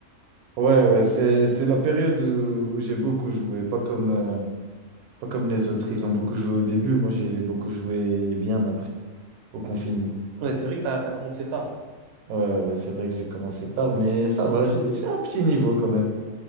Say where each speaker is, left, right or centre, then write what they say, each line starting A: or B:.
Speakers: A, on the right; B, on the right.
A: Ouais, ouais, c'est, c'est la période où, où j'ai beaucoup joué, pas comme, euh, pas comme les autres. Ils ont beaucoup joué au début, moi j'ai beaucoup joué bien après, au confinement.
B: Ouais, c'est vrai que t'as as, commencé tard.
A: Ouais, ouais, c'est vrai que j'ai commencé tard, mais ça va, j'ai j'ai un petit niveau quand même.